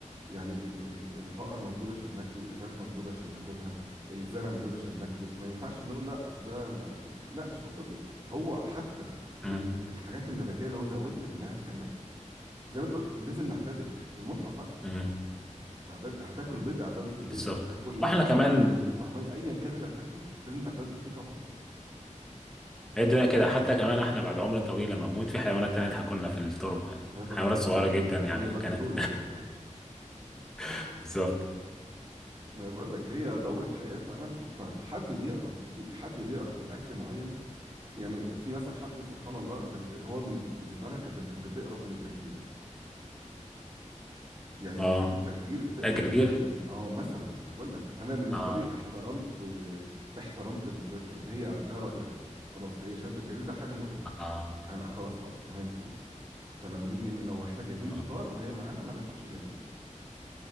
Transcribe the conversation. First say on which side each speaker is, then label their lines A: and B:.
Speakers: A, on the right; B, in the centre.
A: يعني ال- ال- البقر موجود عشان ناكله الفراخ موجودة عشان ناكلها الزرع موجود عشان ناكله ما ينفعش نقول لا اصل ده ما... لا مش منطقي هو حتى
B: مم.
A: ال- الحاجات النباتية لو زودت منها هتتعبك زي ما انت قلت لازم نعتدل في المطلق بقى
B: مم.
A: تعدل هتاكل بيض اعتدل في البيض
B: بالظبط
A: هتاكل
B: واحنا كمان
A: طعمية اعتدل في الطعمية ايا كان اللي هتاكله لازم تعتدل فيه طبعا
B: هي الدنيا كده حتى كمان احنا بعد عمر طويل لما نموت في حيوانات تانية هتاكلنا في التربة يعني
A: احنا كنا
B: حيوانات صغيرة
A: او
B: جدا يعني
A: أو نبقى
B: كانت
A: بترول يعني اه <laughs>
B: <laughs> بالظبط
A: ما بقول لك هي دورة حياة فانا مش مقتنع حد بيقرف دي حد بيقرف من اكل معين يعني في مثلا حد سبحان الله غري- هو بالنسبه بالنسبة لها كانت بت- بتقرف من الجرجير يعني
B: اه
A: لو شاف الجرجير تقرف
B: لا الجرجير
A: جدا اه مثلا ما بقول لك انا بالنسبه
B: اه
A: لي احترمت آه، احترمت البريفرنس هي ده رايها خلاص هي شايفه الجرجير ده حاجه مقرفه
B: اه
A: انا خلاص حاضر انا الاثنين فلما نيجي لو احنا جايبين
B: اه
A: فطار وهي معانا ما ناكلش جرجير